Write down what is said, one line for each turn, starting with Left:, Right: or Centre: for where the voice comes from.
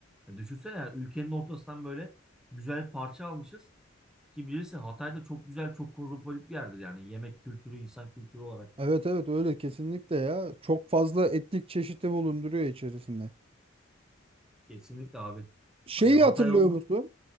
Centre: Ya düşünsene yani ülkenin ortasından böyle güzel bir parça almışız. Ki bilirsin Hatay da çok güzel, çok kozmopolit bir yerdir yani. Yemek kültürü, insan kültürü olarak.
Right: Evet evet öyle kesinlikle ya. Çok fazla etnik çeşidi bulunduruyor içerisinde.
Centre: Kesinlikle abi.
Right: Şeyi
Centre: Hani Hatay
Right: hatırlıyor
Centre: ondan.
Right: musun?